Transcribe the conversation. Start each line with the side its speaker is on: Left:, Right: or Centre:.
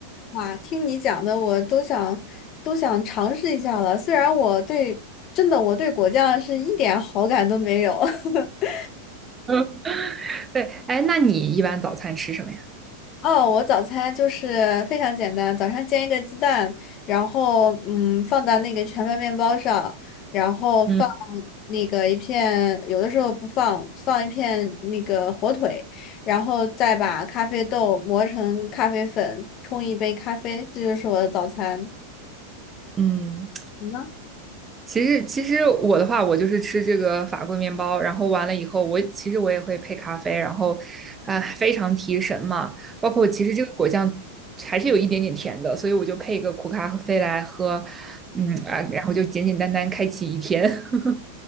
Left: 哇，听你讲的我都想都想尝试一下了。虽然我对真的我对果酱是一点好感都没有。<laughs>
Right: 嗯，对，哎，那你一般早餐吃什么呀？
Left: 哦，我早餐就是非常简单，早上煎一个鸡蛋，然后嗯放到那个全麦面包上，然后放
Right: 嗯
Left: 那个一片，有的时候不放，放一片那个火腿，然后再把咖啡豆磨成咖啡粉，冲一杯咖啡，这就是我的早餐。
Right: 嗯，
Left: 你呢？
Right: 其实，其实我的话，我就是吃这个法棍面包，然后完了以后，我其实我也会配咖啡，然后，啊、非常提神嘛。包括其实这个果酱还是有一点点甜的，所以我就配一个苦咖啡来喝，嗯啊，然后就简简单单开启一天。<laughs>